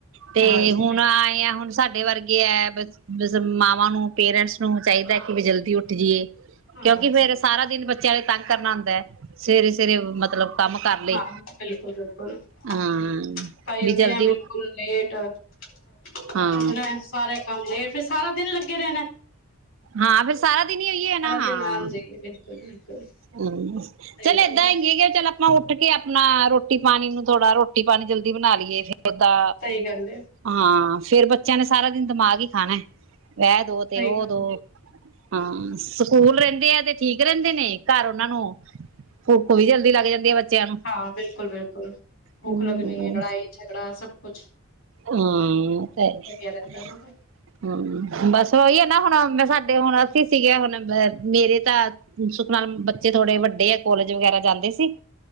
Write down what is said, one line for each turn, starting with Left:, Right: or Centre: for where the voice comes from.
Right: ਤੇ
Left: ਹਾਂਜੀ
Right: ਹੁਣ
Left: ਬਿਲਕੁਲ
Right: ਆਏ ਆਂ ਹੁਣ ਸਾਡੇ ਵਰਗੇ ਕੇਆ ਏ ਬਸ, ਬਸ ਮਾਵਾਂ ਨੂੰ ਪੇਰੈਂਟਸ ਨੂੰ ਚਾਹੀਦਾ ਕਿ ਬਈ ਜਲਦੀ ਉੱਠ ਜਾਈਏ। ਕਿਉਂਕਿ
Left: ਹਾਂਜੀ
Right: ਫੇਰ ਸਾਰਾ ਦਿਨ ਬੱਚਿਆਂ ਤੰਗ ਕਰਨਾ ਹੁੰਦਾ ਹੈ। ਸੁਵੇਰੇ ਸੁਵੇਰੇ ਮਤਲਬ ਕੰਮ ਕਰ ਲਏ
Left: ਹਾਂ, ਬਿਲਕੁਲ, ਬਿਲਕੁਲ
Right: ਹਾਂ
Left: ਕਈ
Right: ਵੀ
Left: ਹੁੰਦੀ
Right: ਜਲਦੀ
Left: ਐਂ ਬਿਲਕੁਲ ਲੇਟ ਉੱਠਨਾ
Right: ਹਾਂ
Left: ਐ ਸਾਰੇ ਕੰਮ ਲੇਫ਼ ਸਾਰਾ ਦਿਨ ਲੱਗੇ ਰਹਿਣਾ ਐ।
Right: ਹਾਂ ਫੇਰ ਸਾਰਾ ਦਿਨ ਏਹੀ ਹੈ ਨਾ, ਹਾਂ
Left: ਦਿਨ ਆਣ ਜਾਈਏ ਬਿਲਕੁਲ ਬਿਲਕੁਲ
Right: ਹੂੰ,
Left: ਸਹੀ
Right: ਚੱਲ
Left: ਗੱਲ
Right: ਏਦਾਂ
Left: ਹੈ
Right: ਹੀਗੇ ਕਿ ਚੱਲ ਆਪਾਂ ਉੱਠ ਕੇ ਆਪਣਾ ਰੋਟੀ ਪਾਨੀ ਨੂੰ ਥੋੜਾ ਰੋਟੀ ਪਾਣੀ ਜਲਦੀ ਬਣਾ ਲਈਏ ਫਿਰ ਦਾ
Left: ਸਹੀ ਗੱਲ ਹੈ
Right: ਹਾਂ ਫੇਰ ਬੱਚਿਆਂ ਨੇ ਸਾਰਾ ਦਿਨ। ਦਿਮਾਗ ਹੀ ਖਾਣਾ ਐ। ਵਹਿ ਦੋ
Left: ਸਹੀ
Right: ਤੇ ਉਹ
Left: ਗੱਲ
Right: ਦੋਵੇ।
Left: ਹੈ।
Right: ਹਾਂ ਸਕੂਲ ਰਹਿੰਦੇ ਆ ਤੇ ਠੀਕ ਰਹਿੰਦੇ ਨੇ ਘਰ ਉਹਨਾਂ ਨੂੰ। ਭੁੱਖ ਵੀ ਜਲਦੀ ਲੱਗ ਜਾਂਦੀ ਆ ਬੱਚਿਆਂ ਨੂੰ,
Left: ਹਾਂ ਬਿਲਕੁਲ ਬਿਲਕੁਲ ਭੁੱਖ
Right: ਹੂੰ।
Left: ਲੱਗਣੀ ਲੜਾਈ ਝਗੜਾ ਸਭ ਕੁਛ
Right: ਹੂੰ ਉਹ ਤੇ ਹੈ
Left: ਲੱਗਿਆ ਰਹਿੰਦਾ
Right: ਹੀ,
Left: ਨਾ ਤਾਂ
Right: ਹੂੰ, ਬਸ ਉਹੀ ਹੈ ਨਾ ਹੁਣ ਮੈਂ ਸਾ ਹੁਣ ਅਸੀਂ ਸੀਗੇ ਹੁਣ ਮੇਰੇ ਤਾਂ ਸੁੱਖ ਨਾਲ ਬੱਚੇ ਥੋੜੇ ਵੱਡੇ ਆ ਕੋਲੇਜ ਵਗੈਰਾ ਜਾਂਦੇ ਸੀ।